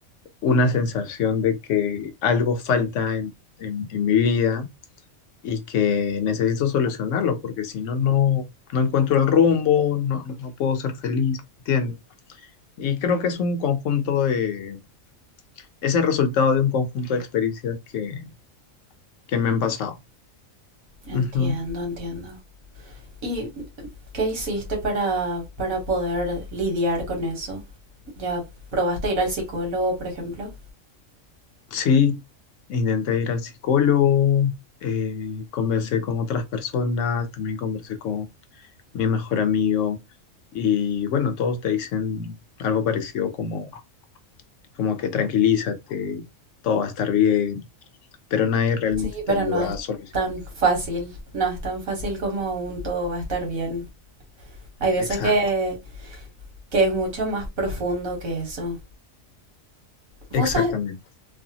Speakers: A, on the left; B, on the right.
A: una sensación de que algo falta en en- en mi vida y que necesito solucionarlo, porque si no, no, no encuentro el rumbo, no, no puedo ser feliz, ¿entiendes? Y creo que es un conjunto de, es el resultado de un conjunto de experiencias que, que me han pasado.
B: Entiendo,
A: Ujú.
B: entiendo. ¿Y qué hiciste para, para poder lidiar con eso? ¿Ya probaste ir al psicólogo, por ejemplo?
A: Sí, intenté ir al psicólogo, eh, conversé con otras personas, también conversé con mi mejor amigo, y bueno, todos te dicen algo parecido como, como que tranquilízate, todo va a estar bien pero nadie realmente
B: Sí,
A: te
B: pero
A: ayuda
B: no es
A: a solucionar.
B: tan fácil, no es tan fácil como un todo va a estar bien. Hay veces
A: Exacto,
B: que, que es mucho más profundo que eso. Vos
A: exactamente.
B: sabés,